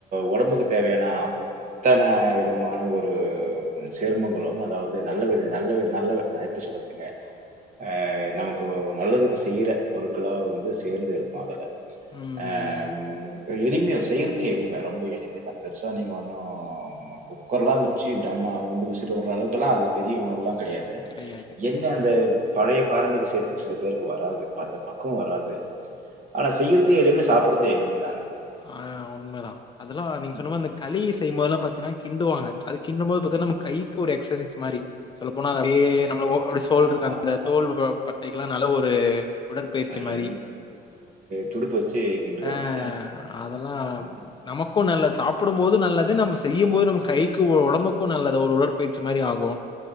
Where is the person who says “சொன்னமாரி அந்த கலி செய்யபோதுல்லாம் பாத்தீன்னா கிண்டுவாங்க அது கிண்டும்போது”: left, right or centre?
Left